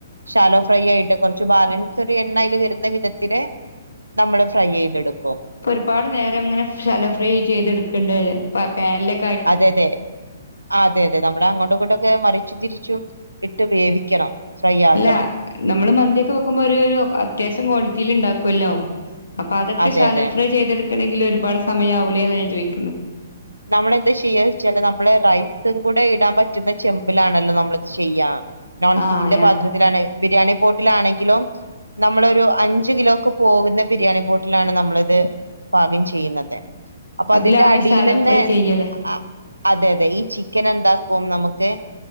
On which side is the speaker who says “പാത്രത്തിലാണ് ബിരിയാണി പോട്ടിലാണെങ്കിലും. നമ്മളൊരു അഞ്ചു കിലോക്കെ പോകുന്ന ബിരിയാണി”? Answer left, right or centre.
Right